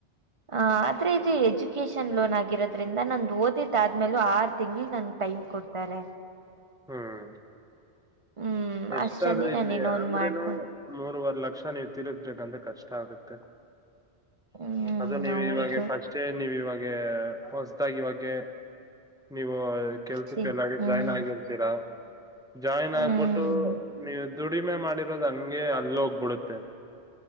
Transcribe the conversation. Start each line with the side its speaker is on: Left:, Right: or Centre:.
Right: ಹ ಆದ್ರೆ ಇದು ಎಜು. ಎುಕೇಶನ್ ಲೋನ್ ಆಗಿರೋದ್ರಿಂದ ನಂದು ಓದಿದ್ದಾದ್ಮೇಲ ಆರು ತಿಂಗ್ಗಳು ನನ್ ಟೈಮ್ ಕೊಡ್ತಾರೆ.
Centre: ಹ್ಮ್.
Right: ಹ್ಮ್
Centre: ಎಷ್ಟಾದ್ರರು
Right: ಅಷ್ಟಲ್ಲಿ ನಾನ
Centre: ಇಲ್ಲಿ
Right: ಏನೋ ಒಂದ್
Centre: ಅಂದ್ರೇನು
Right: ಮಾಡ್ಕೊಂಡ್
Centre: ಮೂರವರೆ ಲಕ್ಷ ನೀವ್ ತಿರುಗ್ಬೇಕಂದ್ರೆ ಕಷ್ಟ ಆಗುತ್ತೆ.
Right: ಹ್ಮ್
Centre: ಅದು ನೀವು
Right: ಹೌದು
Centre: ಇವಾಗೆ ಫಸ್ಟ್ ನೀವು ಇವಾಗ. ಹೊಸದಾಗಿ ಇವಾಗೆ. ನೀವು ಕೆಲ್ಸಕ್ಕೆ
Right: ಸಿ
Centre: ಎಲ್ಲಾಗಿ
Right: ಹ್ಮ್
Centre: ಜಾಯ್ನ್ ಆಗಿರ್ತೀರಾ. ಜಾಯಿನ್
Right: ಹ್ಮ್
Centre: ಆಗ್ಬಿಟ್ಟು ನೀವು ದುಡಿಮೆ ಮಾಡಿರೋದು ಹಂಗೆ ಅಲ್ಲ ಹೋಗ್ಬಿಡುತ್ತೆ.